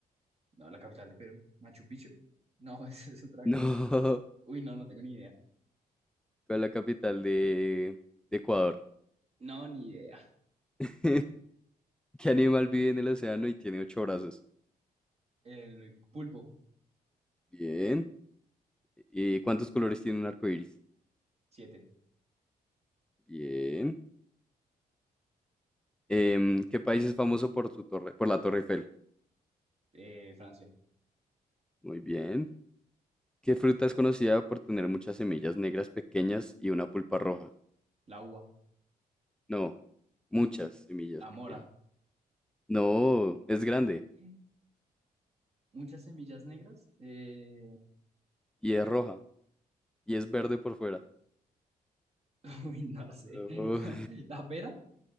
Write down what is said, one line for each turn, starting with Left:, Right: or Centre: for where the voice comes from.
Right: no, la capital de Perú, Machu Picchu. No, <laughs> esa es otra
Centre: <laughs> No.
Right: cosa. Uy, no, no tengo ni idea.
Centre: ¿Cuál es la capital de, de Ecuador?
Right: No, ni idea.
Centre: <laughs> ¿Qué animal vive en el océano y tiene ocho brazos?
Right: El pulpo,
Centre: Bien. ¿Y cuántos colores tiene un arco iris?
Right: siete
Centre: Bien. Em, ¿qué país es famoso por su torre, por la Torre Eiffel?
Right: eh, Francia,
Centre: Muy bien. ¿Qué fruta es conocida por tener muchas semillas negras pequeñas y una pulpa roja?
Right: la uva,
Centre: No, muchas semillas
Right: la
Centre: pequeñas.
Right: mora.
Centre: No, es grande
Right: ¿Qué? Muchas semillas negras. eh,
Centre: y es roja y es verde por fuera.
Right: <laughs> uy, no sé.
Centre: Bro,
Right: <laughs>
Centre: <laughs>
Right: La pera.